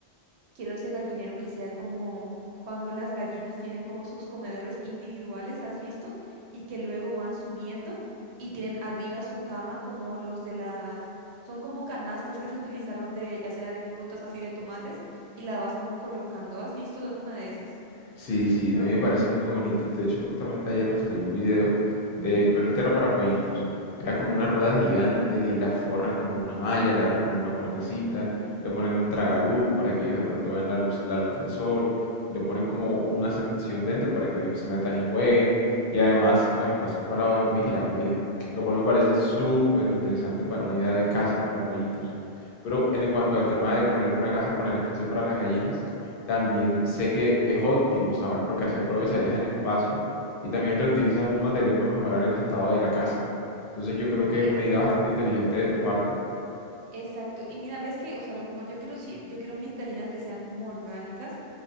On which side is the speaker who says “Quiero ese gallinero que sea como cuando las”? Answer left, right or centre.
Right